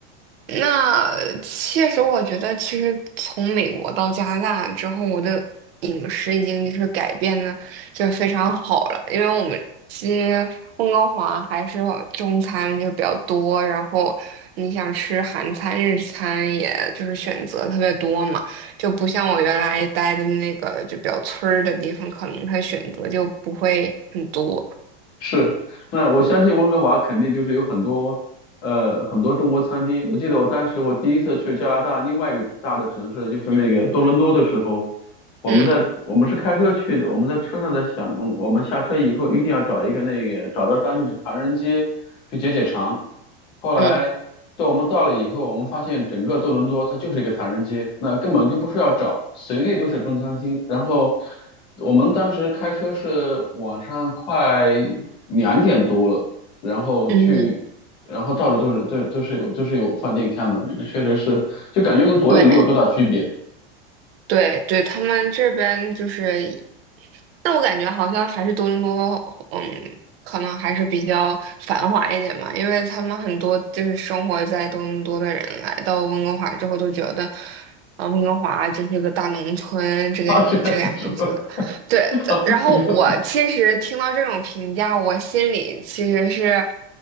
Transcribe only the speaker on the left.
是，那我相信温哥华肯定就是有很多，呃，很多中国餐厅。我记得我当时我第一次去加拿大另外一个大的城市，就是那个多伦多的时候，我们在我们是开车去的，
我们在车上在想，嗯我们下车以后一定要找一个那个找到当地的唐人街去解解馋。后来到我们到了以后，
我们发现整个多伦多它就是一个唐人街，那根本就不需要找，随地都是中餐厅。然后我们当时开车是晚上快两点多了，然后去，
然后到处都是都都是有都是有饭店开门，确实是就感觉跟国内没有多大区别。
<laughs>
啊，这样子说。
<laughs>
应该吧